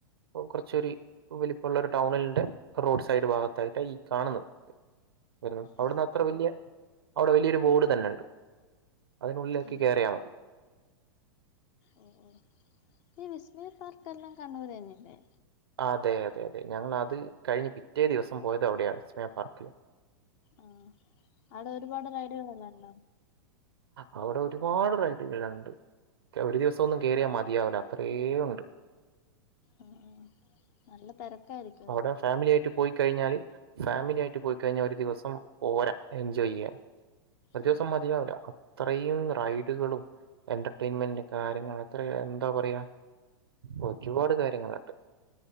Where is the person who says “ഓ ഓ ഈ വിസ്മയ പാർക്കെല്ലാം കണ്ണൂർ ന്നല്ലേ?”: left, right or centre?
Left